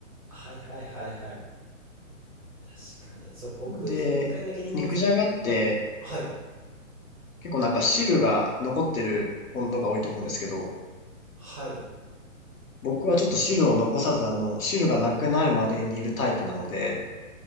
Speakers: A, on the right; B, on the left.
A: はいはいはいはい。確かに。そう、僕、
B: で、
A: 一回だけ煮物作って、
B: 肉じゃがって
A: はい。
B: 結構なんか汁が残ってるものが多いと思うんですけど、
A: はい。
B: 僕はちょっと汁を残さず、あの、汁がなくなるまで煮るタイプなので、